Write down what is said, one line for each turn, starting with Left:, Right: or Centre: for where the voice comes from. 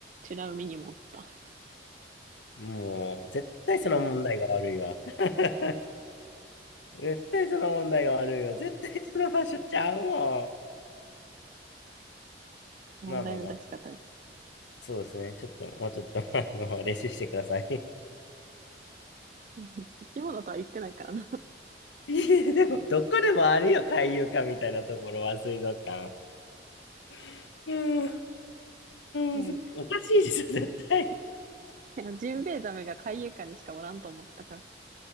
Right: 美ら海にもおった。
Left: ん。もう、絶対その問題が悪いわ。<laughs> 絶対その問題が悪いわ。絶対その場所ちゃうもん。
Right: 問題の出し方に。
Left: まあまあまあ。そうですね。ちょっと、もうちょっと、<laughs> あの、練習してください。<laughs>
Right: <laughs> うん生き物とは言ってないからな。
Left: いえ、でも、どこでもあるよ、海遊館みたいなところは、水族館。<laughs> うん、
Right: <laughs> はい。
Left: うん、すおかしいでしょ、
Right: い
Left: 絶対。
Right: やジンベエザメが海遊館にしかおらんと思ってたから。